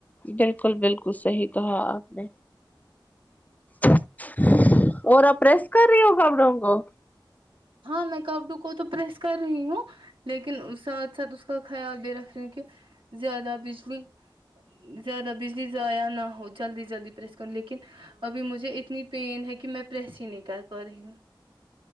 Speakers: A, on the left (about 20°); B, on the right (about 80°).
A: بالکل بالکل صحیح تو ہے آپ نے <inaudible> اور پرریس کر رہ ہوگ ابڑوں گ
B: ہاں میں کپڈو کو تو پریس کر رہی ہوں لیکن ساتھ ساتھ اس کا خیال بھی رکھ رہی ہوں کہ زیادہ بجلی زیادہ بجلی ضائع نہ ہو جلدی جلدی پریس کروں لیکن ابھی مجھے اتنی پین ہے کہ میں پریس ہی نہیں کر پا رہی ہوں